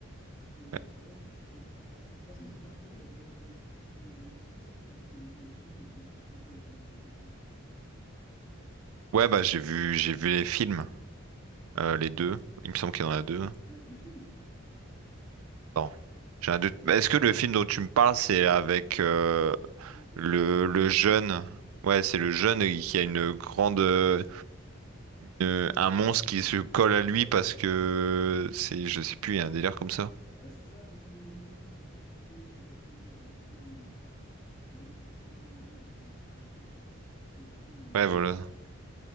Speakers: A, on the left; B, on the right.
A: Mais euh,
B: Ouais,
A: ouais, non, c'est vrai que c'est- c'est- bah, c'est- de toute façon, cet arc-là est quand même vraiment très très stylé. Mais je sais pas si toi, t'as vu le, le film qui explique un peu la jeunesse de Gojo et tout.
B: Ouais, bah j'ai vu, j'ai vu les films, euh, les deux. Il me semble qu'il y en a deux.
A: Il y a deux films.
B: Attends, j'ai un doute. Bah, Est-ce que le film dont tu me parles, c'est avec euh,
A: C'est Zéro,
B: le,
A: là, je sais
B: le
A: pas quoi.
B: jeune? Ouais, c'est le jeune qui a une grande, euh, une- un monstre qui se colle à lui parce que c'est, je sais plus, il y a un délire comme ça.
A: Ouais, c'est ça, parce qu'il y a quelqu'un qui s'est fait percuter ou je sais pas quoi, et du coup, lui, il a, il y a un monstre qui s'est collé à lui parce qu'il était fragile, en fait. Et au final, il en a
B: Ouais,
A: fait
B: voilà.
A: une force.